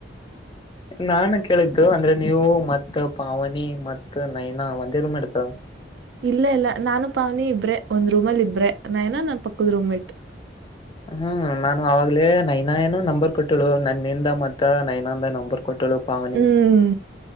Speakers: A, on the left; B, on the right.
A: ನಾನು ಕೇಳಿದ್ದು ಅಂದ್ರೆ ನೀವು ಮತ್ ಪಾವನಿ ಮತ್ತ್ ನೈನಾ ಒಂದೇ ರೂಮ್ ಮೆಟ್ಸ್
B: ಇಲ್ಲ ಇಲ್ಲ ನಾನು ಪಾವನಿ ಇಬ್ರೆ ಒಂದ್ ರೂಮಲ್ಲಿ ಇಬ್ರೆ ನಾೇನ ನನ್ ಪಕ್ಕದ ರೂಮ್ಮೇಟ್
A: ಹ್ಮ್ ನಾನು ಅವಾಗ್ಲೇ ನೈನ ಏನ ನಂಬರ್ ಕೊಟ್ಟಳು ನನ್ನಿಂದ ಮತ್ತ ನೈನಂದ ನಂಬರ್ ಕೊಟ್ಟಳು ಪಾವನಿ
B: ಹ್ಮ್